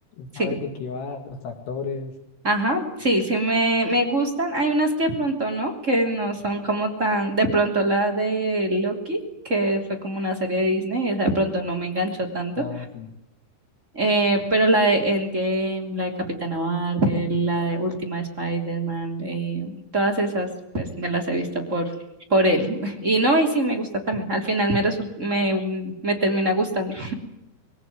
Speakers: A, on the right; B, on the left.
A: sí.
B: sabes de qué va, los actores.
A: Ajá, sí, sí, me, me gustan. Hay unas que de pronto no, que no son como tan, de pronto la de Loki, que fue como una serie de Disney, esa de pronto no me enganchó tanto,
B: Ah, sí,
A: Eh, pero la de Endgame, la de Capitana Marvel, la de Última de Spider-Man, eh, todas esas, pues me las he visto por, por él. <laughs> Y no, y sí me gusta también. Al final me, resul- me, me termina gustando.